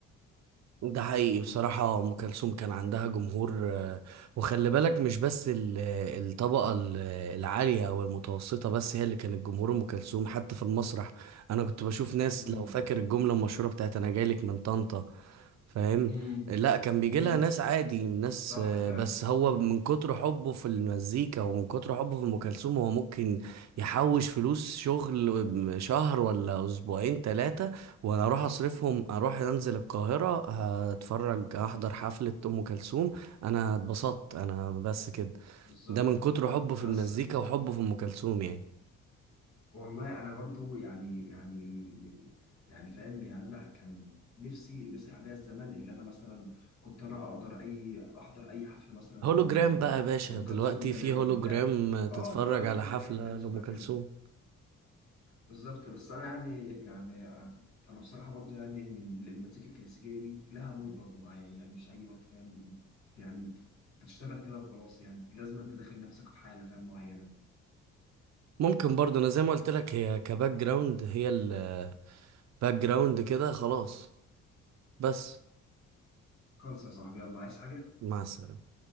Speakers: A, on the right; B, on the left.
A: ده حقيقي بصراحة أم كلثوم كان عندها جمهور آه، وخلي بالك مش بس ال- آه، الطبقة ال- آه، العالية والمتوسطة بس هي اللي كانت جمهور أم كلثوم حتى في المسرح أنا كنت بشوف ناس
B: امم
A: لو فاكر الجملة المشهورة بتاعت أنا جايلك من طنطا فاهم
B: امم
A: لا كان بيجي
B: امم
A: لها ناس عادي ناس
B: صح
A: آه،
B: فعلا
A: بس هو
B: امم
A: من كتر حبه في المزيكا ومن كتر حبه في ام كلثوم هو ممكن يحوش فلوس شغل شهر ولا اسبوعين ثلاثه وانا اروح اصرفهم
B: امم
A: اروح انزل القاهره هتفرج احضر حفله ام كلثوم انا اتبسطت انا بس كده
B: بالظبط
A: ده من كتر حبه في
B: بس
A: المزيكا وحبه في ام كلثوم يعني
B: والله انا برضو يعني يعني يعني فاهم يعني انا كان نفسي بيسرح بيا الزمن اللي انا مثلا كنت انا اقدر اي احضر اي حفله مثلا
A: هولوجرام
B: لام
A: بقى يا باشا
B: ام
A: دلوقتي
B: كلثوم زمان
A: في هولوجرام
B: بتاع
A: تتفرج
B: اه دلوقتي
A: على
B: في
A: حفله
B: حاجات يعني
A: لام
B: شبه
A: كلثوم
B: كده بالظبط بس انا يعني يعني انا بصراحه برضو يعني ان المزيكا الكلاسيكيه دي لها مود برضو معايا يعني مش اي وقت فاهم يعني بتشتغل كده وخلاص يعني لازم انت داخل نفسك في حاله فاهم معينه
A: ممكن برضه انا زي ما قلت لك هي كباك جراوند هي الباك جراوند كده خلاص بس
B: خلص يا صاحبي يلا عايز حاجه
A: مع السلامة